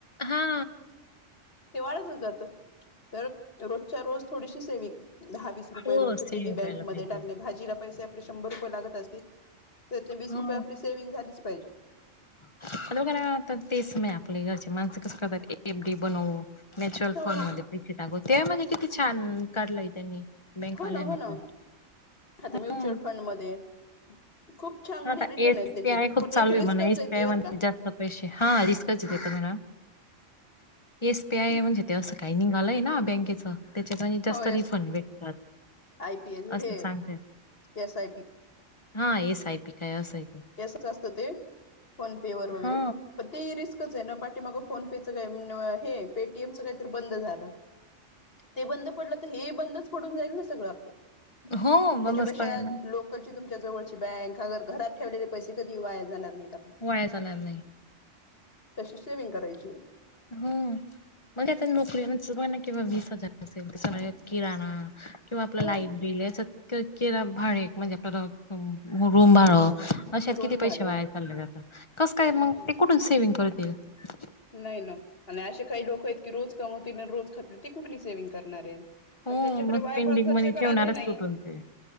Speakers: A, on the left (about 25°); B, on the left (about 50°).
A: हा.
B: ते वाढचतच जात तर रोजच्या रोज थोडीशी सेविंग दहा वीस रुपये
A: हो,
B: रोज
A: सेव्हिंग
B: पीगी बँक
A: करायला
B: मध्ये
A: पाहिजे.
B: टाकणे भाजीला पैसे आपले शंभर रुपये लागत असतील तर ते वीस
A: हो.
B: रुपये आपले सेव्हंग झालीच पाहिजे.
A: <unintelligible> तेच समय आपले घरचे माणस कसं करतात एफ डी बनवू. मेचुअल
B: हो
A: फोन
B: हो
A: मध्ये पिकि टाकू ते म्हणजे किती छान काढलंय त्यांनी. बँकवाल्यांनी
B: हो ना हो ना,
A: पण.
B: आता म्युच्युअल
A: हं.
B: फंड मध्ये खूप चांगले
A: हा आता
B: रिटर्न
A: एस
B: आहेत त्याचे
A: पी आय खूप
B: पण
A: चालू
B: एक
A: आय
B: रिस्कच
A: म्हणे एस
B: आहे
A: पी
B: ती
A: आय
B: बर
A: मध्ये
B: का
A: जास्त पैसे हा रिस्कच
B: हम्म
A: ते तर म्हणा. एस पी आय
B: ती
A: म्हणजे ते असं काही निघालंय ना बँकेचं त्याच्यात आणि जास्त
B: हो येस
A: रिफंड भेटतात.
B: आय पी एल,
A: असं
B: हे
A: सांगते
B: एस आय पी.
A: हा एस आय पी काय असयं
B: हे असचं असतं ते फोन पे वर वगैरे,
A: हा
B: पण ते रिस्कच आहे ना पाठीमाग फोन पे त्याचं काय नव्हं हे पे टी एम च काय तर बंद झालं, ते बंद पडलं तर हे ही बंदच पडून जाईल ना सगळ आपलं त्याच्यापेक्षा
A: हो मग मस्त पडेल ना,
B: लोक- कची तुमच्या जवळची बँक अगर घरात ठेवले पैसे कधी वाया जाणार नाहीत आपले
A: वायाजाणार नाही.
B: कशी सेव्हिंग करायची?
A: हो, म्हणजे आता नोकरी <inaudible> किंवा वीस हजार असेल किराणा किंवा आपला
B: हो
A: लाईट बिल याचा कि-किरा भाडे म्हणजे <unintelligible> रूम भाड
B: हो
A: अशात
B: रूम
A: किती पैसे
B: भाडं
A: वाय चाललेत आत कसं काय
B: हो ना हो
A: मग
B: ना
A: ते कुठून सेव्हिंग करतील. <unintelligible>
B: नाही ना, आणि असे काही लोक आहेत की रोज कमवतील आणि रोज खातील ती कुठली सेव्हिंग करणार आहेत.
A: हो
B: आणि त्यांच्याकडे
A: मग
B: वायफळ
A: पेंडिंग
B: खर्च
A: मनी
B: करायलाही
A: ठेवणारच
B: नाही.
A: कुठून ते